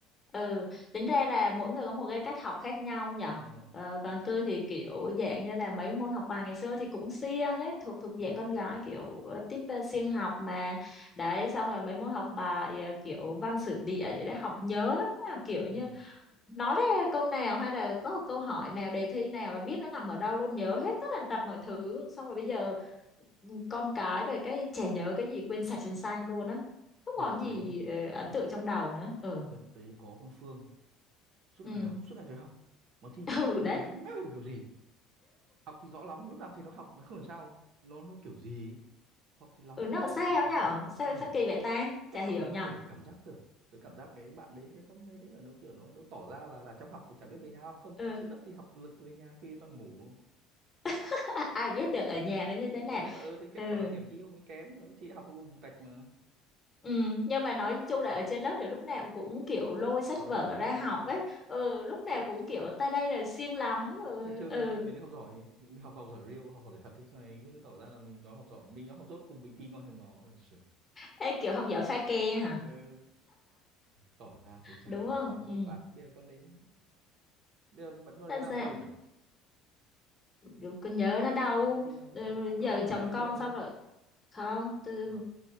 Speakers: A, on the left; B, on the right.
A: ừ tính ra là mỗi người có một cái cách học khác nhau nhở
B: Ờ,
A: ờ, còn tôi thì kiểu dạng như là mấy môn học bài ngày xưa thì cũng siêng ấy thuộc thuộc dạng con gái kiểu tiếp siêng học mà đấy xong rồi mấy môn học bài ờ, kiểu văn sử địa gì đấy học nhớ lắm nha. kiểu như
B: ờ.
A: nói ra câu nào hay là có một câu hỏi nào đề thi nào là biết nó nằm ở đâu luôn nhớ hết tất tần tật mọi thứ xong rồi bây giờ con cái rồi cái trẻ nhớ cái gì quên sạch sành sanh luôn á không
B: đợt
A: còn gì
B: đấy
A: ờ, ấn tượng trong đầu nữa ừ
B: đợt đấy có con Phương suốt
A: ừ
B: ngày học suốt ngày thấy học mà thi lúc
A: <laughs> ừ
B: nào đều
A: đấy
B: kém méo hiểu kiểu gì học thì rõ lắm lúc nào thì nó học mà không hiểu sao nó nó kiểu gì ấy. học thì lắm
A: ừ
B: mà
A: nó làm
B: cũng
A: sao
B: toàn điểm
A: nhở
B: kém
A: sao
B: ai hiểu
A: sao kỳ vậy ta
B: cách
A: chả hiểu
B: học nó cũng
A: nhở
B: để cảm giác tưởng tớ cảm giác cái bạn đấy cái con bé đấy là nó kiểu nó nó tỏ ra là là chăm học chả biết về nhà học không
A: ừ
B: cứ trên lớp thì học thực lực về nhà khi toàn ngủ
A: <laughs> ai biết được
B: Chả biết
A: ở nhà
B: chỉ,
A: nó như
B: chỉ,
A: thế nào
B: chỉ biết là ơ đấy kết
A: ừ
B: quả là điểm thi ông ấy kém ờ, thi đại học cũng vùng tạch mà
A: ừ nhưng mà nói chung là ở trên lớp thì lúc nào cũng kiểu lôi sách
B: tỏ
A: vở
B: ra ờ
A: ra học
B: ờ
A: ấy ừ lúc nào
B: thế
A: cũng kiểu ta đây là siêng lắm
B: Ừ,
A: ừ
B: suốt ngày chơi
A: ừ
B: với mấy mấy đứa học giỏi học học giỏi real học học giỏi thật thì sau này cứ tỏ ra là mình nói học giỏi mình nói học dốt cùng mình thi ngon hơn nó Ôi giời,
A: Ê, kiểu học giỏi pha ke hả
B: ừ. tỏ ra thế chả
A: đúng
B: hiểu
A: không
B: sống
A: ừ
B: không bạt bây giờ con đấy bây giờ vẫn con
A: làm
B: đấy làm
A: sao
B: đâu nhỉ
A: kiểu con nhớ nó đau
B: có thông tin đâu
A: Ừ,
B: cậu cậu-
A: giờ
B: nó không liên
A: chồng
B: lạc với
A: con
B: lớp đúng
A: xong
B: không
A: rồi không tôi
B: Ờ.